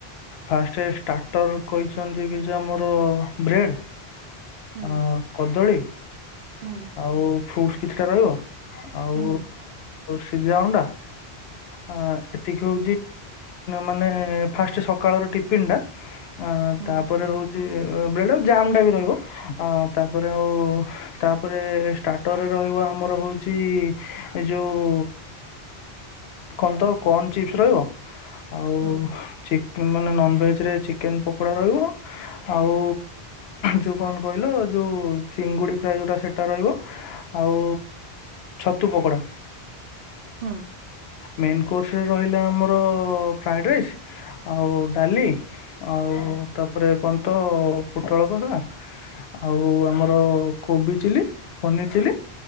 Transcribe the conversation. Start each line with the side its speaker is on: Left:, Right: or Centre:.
Left: ଫାଷ୍ଟ ଷ୍ଟାର୍ଟର କହିଛନ୍ତି କି ଯେ ଆମର ବ୍ରେଡ଼୍
Right: ହୁଁ
Left: ଅ କଦଳୀ।
Right: ହୁଁ
Left: ଆଉ ଫ୍ରୁଟ କିଛିଟା ରହିବ। ଆଉ
Right: ହୁଁ
Left: ସିଝା ଅଣ୍ଡା। ଆ ଏତିକି ହଉ। ମାନେ ଫାଷ୍ଟ ସକାଳ ଟିଫିନ ଟା ଅ
Right: ହୁଁ
Left: ତାପରେ ହଉ ବ ଆ ଜାମ ଟା ବି ରହିବ ତାପରେ ଆଉ ତା ତାପରେ ଷ୍ଟାର୍ଟରରେ ରହିବ ଆମର ହଉଛି ଏ ଯୋଉ କନ୍ ତ କର୍ଣ ଚିପ୍ସ ରହିବ। ଆଉ
Right: ହୁଁ
Left: ଚିକ ମାନେ ନନଭେଜ ରେ ଚିକେନ ପକୋଡ଼ା ରହିବ। ଆଉ ଯୋଉ କଣ କହିଲ ଯୋଉ ଚିଙ୍ଗୁଡି ଫା ଯୋଉଟା ସେ ଟା ରହିବ ଆଉ ଛତୁ ପକୋଡା
Right: ହଁ
Left: ମେନ୍ କୋର୍ସରେ ରହିଲା ଆମର ଫ୍ରାଏଡ଼ ରାଇସ୍ ଆଉ ଡାଲି ଆଉ
Right: ହୁଁ ହୁଁ
Left: ତାପରେ କଣ ତ ହଉ ପୋଟଳ କଥା ଆଉ ଆମର କୋବି ଚିଲୀ ପନିର୍ ଚିଲି